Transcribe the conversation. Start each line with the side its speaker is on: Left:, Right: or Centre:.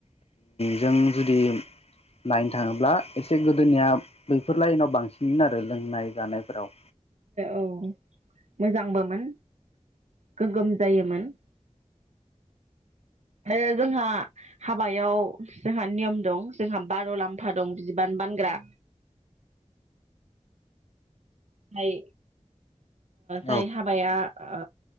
Left: जों जुदि नायनो थाङोब्ला एसे गोदोनिया बैफोर लाइनाव बांसिन आरो लोंनाय जानायफोराव।
Right: औ मोजांबोमोन गोगोम जायोमोन। ओ जोंहा हाबायाव जोंहा नियम दं। जोंहा बार' लाम्फा दं। बिबान बानग्रा फाय जाय
Left: औ
Right: हाबाया ओ